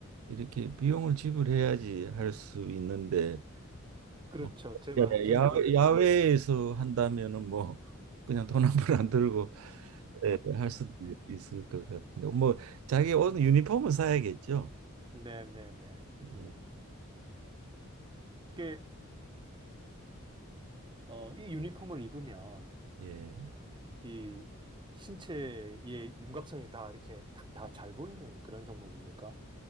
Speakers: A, on the right; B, on the right.
A: 이렇게 비용을 지불해야지 할 수 있는데
B: 그렇죠.
A: 어,
B: 제 말,
A: 야-
B: 제
A: 야외,
B: 말은 이제,
A: 야외에서 한다면은 뭐 그냥 돈 한 푼 안 들고 예, 할 수도 있을 것 같은데 뭐 자기 옷 유니폼은 사야겠죠.
B: 네네네. 음.
A: 예,
B: 이게, 어, 이 유니폼을 입으면
A: 예.
B: 이 신체의 윤곽선이 다 이렇게 탁 다 잘 보이는 그런 종목입니까?